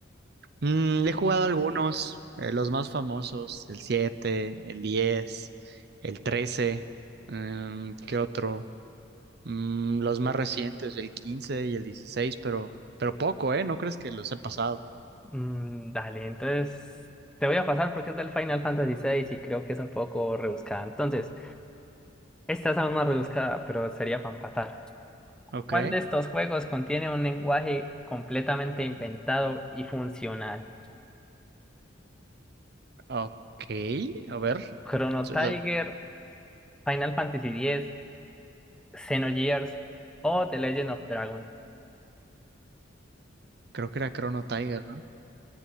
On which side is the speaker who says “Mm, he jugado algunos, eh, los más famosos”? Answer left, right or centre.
Right